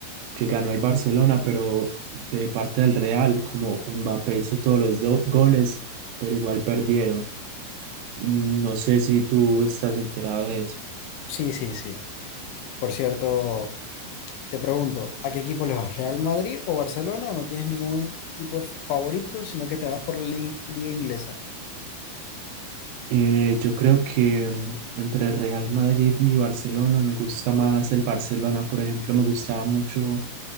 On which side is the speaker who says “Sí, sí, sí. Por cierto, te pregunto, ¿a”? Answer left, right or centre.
Left